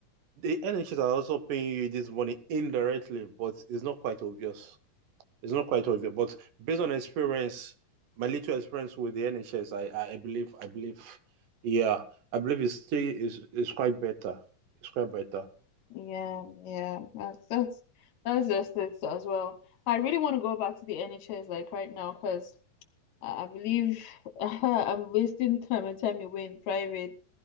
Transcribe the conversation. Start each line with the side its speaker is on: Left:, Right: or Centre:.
Right: the NHS are also paying you this money indirectly, but it's not quite obvious. It's not quite obvious. But based on experience, my little experience with the NHS, I, I believe, I believe, yeah, I believe it's still is is quite better. It's quite better.
Left: Yeah, yeah, that's that's that's just it as well. I really want to go back to the NHS like right now because I I believe <laughs> I'm wasting time and time away in private.